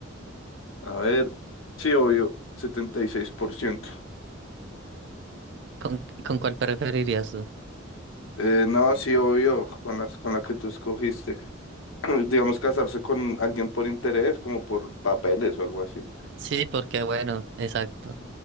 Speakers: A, on the left; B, on the right.
A: A ver, sí, obvio, 76%.
B: ¿Con, con cuál preferirías tú?
A: Eh, no, sí, obvio, con las, con la que tú escogiste. <clears throat> digamos, casarse con alguien por interés, como por papeles o algo así.
B: Sí, porque bueno, exacto.